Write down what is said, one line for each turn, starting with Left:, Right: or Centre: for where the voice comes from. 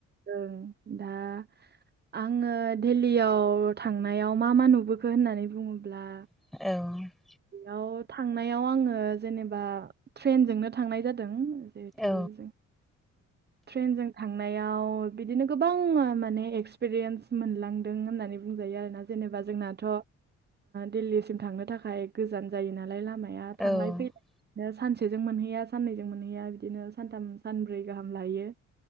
Right: ओं दा आङो दिल्लीयाव थांनायाव मा मा नुबोखो होननानै बुङोब्ला
Centre: औ
Right: बेयाव थांनायाव आङो जेनेबा ट्रेनजोंनो थांनाय जादों। जेहेथु
Centre: औ
Right: जों ट्रेनजों थांनायाव बिदिनो गोबां मा-माने एक्सपिरियेन्स मोनलांदों होननानै बुंजायो आरोना। जेनेबा जोंनाथ' दिल्लीसिम थांनो थाखाय गोजान जायो नालाय लामा या थांलाय
Centre: औ
Right: फैलाय सानसेजों मोनहैया सानैजों मोनहैया बिदिनो सानथाम सानब्रै गाहाम लायो